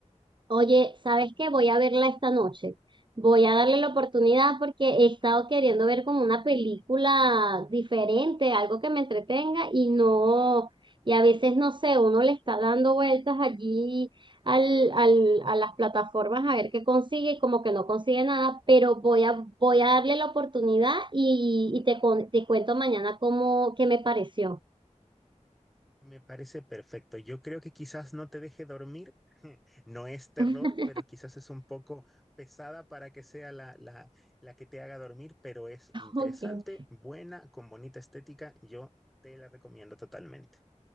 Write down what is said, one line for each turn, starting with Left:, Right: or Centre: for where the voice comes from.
Right: Oye, ¿sabes qué? Voy a verla esta noche. Voy a darle la oportunidad porque he estado queriendo ver como una película diferente, algo que me entretenga y no, y a veces no sé, uno le está dando vueltas allí al, al, a las plataformas a ver qué consigue y como que no consigue nada, pero voy a, voy a darle la oportunidad y, y te, con- te cuento mañana cómo, qué me pareció.
Centre: Me parece perfecto. Yo creo que quizás no te deje dormir. <laughs> No es terror,
Right: <laughs>
Centre: pero quizás es un poco pesada para que sea la, la, la que te haga dormir, pero es interesante,
Right: Ok.
Centre: buena, con bonita estética. Yo te la recomiendo totalmente.